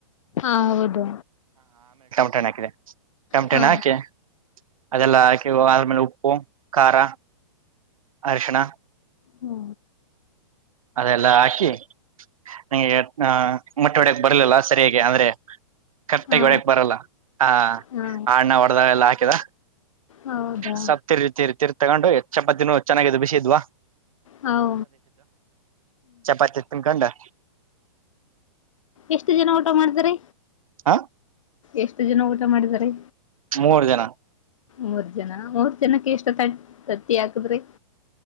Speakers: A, on the left; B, on the right.
A: ಹಾ ಹೌದು
B: <unintelligible> ಹಾಕಿದೆ ಟಮಟ
A: ಹಾ
B: ಹಣ್ಣ್ ಹಾಕಿ ಅದೆಲ್ಲ ಹಾಕಿ ಆದ್ಮೇಲೆ ಉಪ್ಪು ಖಾರ ಅರಿಶಿಣ
A: ಹ್ಮ
B: ಅದೆಲ್ಲ ಹಾಕಿ ನಂಗೆ ಮೊಟ್ಟೆ ಒಡ್ಯಕ್ ಬರ್ಲಿಲ್ಲ ಸರಿಯಾಗಿ ಅಂದ್ರೆ ಕರೆಕ್ಟಾಗ್
A: ಹಾ
B: ಒಡ್ಯಕ್ ಬರಲ್ಲ. ಹಾ
A: ಹಾ
B: ಆ ಅಣ್ಣ ಓಡ್ ಅದ್ರಾಗ ಎಲ್ಲ ಹಾಕಿದ
A: ಹೌದಾ
B: ಸಪ್ಪತಿರ್ತಿರಿತಿರ್ ತಗೊಂಡು ಚಪಾತಿನೂ ಚೆನ್ನಾಗಿದ್ ಬಿಸಿದ್ವ
A: ಹೌ
B: ಚಪಾತಿ ತಿನ್ಕೊಂಡು
A: ಎಷ್ಟು ಜನ ಊಟ ಮಾಡ್ದ್ರಿ
B: ಹ
A: ಎಷ್ಟು ಜನ ಊಟ ಮಾಡಿದ್ರಿ.
B: ಮೂರ್ ಜನ
A: ಮೂರ್ ಜನ ಮೂರ್ ಜನಕ್ಕೆ ಯಷ್ಟ್ ತತ್ ತತ್ತಿ ಅಕುದ್ರಿ.